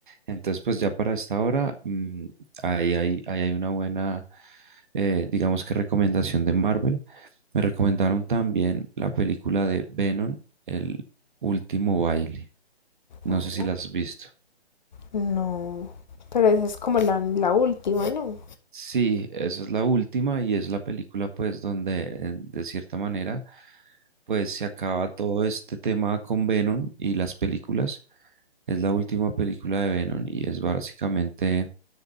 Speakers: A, on the right; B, on the left.
A: Entonces, pues ya para esta hora, mm, ahí hay, ahí hay una buena, eh, digamos que recomendación de Marvel. Me recomendaron también la película de Venom, El último baile. No
B: Oh,
A: sé si la has visto.
B: No. Pero esa es como la, la última, ¿no?
A: Sí, esa es la última y es la película pues donde eh, de cierta manera pues se acaba todo este tema con Venom y las películas. Es la última película de Venom y es básicamente